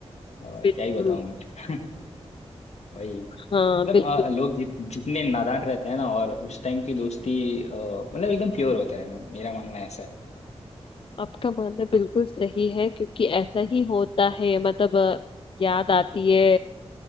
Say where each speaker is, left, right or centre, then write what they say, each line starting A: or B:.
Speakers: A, on the left (about 75°); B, on the left (about 50°).
A: आ, क्या
B: बिल्कुल
A: ही बताऊँ मैं <laughs> वही मतलब
B: हाँ बिल्कुल
A: अ, लोग जित, जितने नादान रहते हैं ना और उस टाइम की दोस्ती अ, मतलब एकदम प्योर होता है मे- मेरा मानना ऐसा है
B: आपका मानना बिल्कुल सही है क्योंकि ऐसा ही होता है मतलब अ, याद आती है